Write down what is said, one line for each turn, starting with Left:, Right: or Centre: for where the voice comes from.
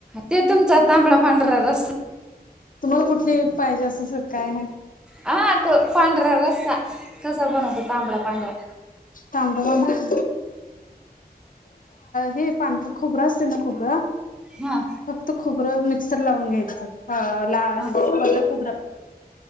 Centre: ते तुमचा तांबड पांढरा रस्सा
Left: तुम्हाला कुठली पाहिजे असं स काय आहे?
Centre: हा तो पांढरा रस्ता, कसा बनवतो तांबड पांढरा?
Left: तांबडा पांढरा? हे पांढर खोबरं असते ना खोबरं
Centre: हा..
Left: फक्त खोबरं मिक्सर लावून घ्यायचं, ला
Centre: हा
Left: ओलं खोबरं..